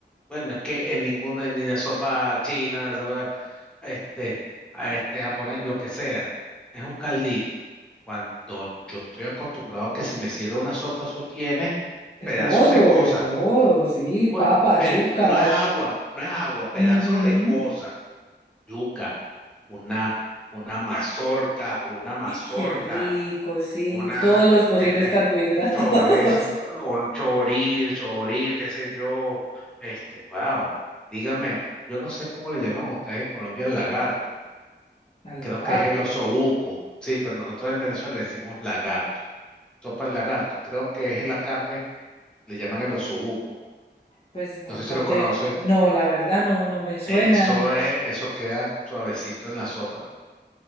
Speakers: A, in the centre; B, on the left.
A: Bueno, es que en ninguna, ni de sopa china, de sopa, este, a este japonés, lo que sea, es un caldito. Cuando yo estoy acostumbrado a que si me sirve una sopa, eso tiene
B: de
A: pedazos
B: todo,
A: de cosas
B: de todo, sí, papa,
A: Pues, pe-
B: yuca.
A: no es agua, no es agua, pedazo
B: ujú,
A: de cosa, yuca, una, una mazorca, una mazorca,
B: Qué rico, sí,
A: una,
B: todos los posibles
A: este,
B: carbohidratos.
A: un chorizo,
B: <laughs>
A: un chorizo, chorizo, qué sé yo, este, wow, dígame, yo no sé cómo le llaman ustedes en Colombia el lagarto,
B: Al
A: creo
B: lagarto,
A: que es el osobuco, sí, pero nosotros en Venezuela le decimos lagarto, sopa de lagarto, creo que es la carne, le llaman el osobuco,
B: pues nunca
A: no sé si lo
B: te...
A: conoces.
B: No, la verdad no, no me suenan.
A: Eso es, eso queda suavecito en la sopa.